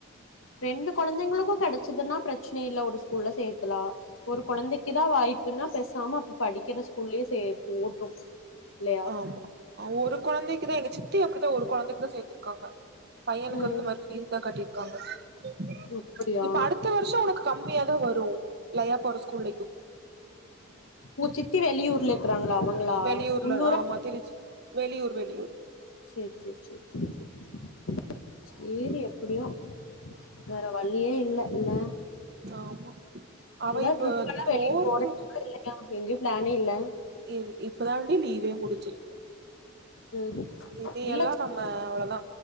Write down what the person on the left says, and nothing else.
ரெண்டு கொழந்தைங்களுக்கு கெடச்சதுன்னா பிரச்னையே இல்ல ஒரு ஸ்கூல்ல சேத்லா ஒரு கொழந்தைக்கு தா வாய்ப் இல்லனா பேசாம அப்ப படிக்கிற ஸ்கூல்லயே சேர் போட்டு இல்லையா
ம்
அப்படியா
ஒங்க சித்தி வெளியூர்ல இருக்குறாங்களா ங்களா
உள்ளூரா
சேரி சேரி சேரி சேரி சேரி சேரி எப்டியு வேற வளியே இல்ல இல்ல
ஏங்க
ட்ரிப்பெல்லா
வெளியே <inaudible> இல்லையா எங்க பிளானே இல்ல
ம்
இல்ல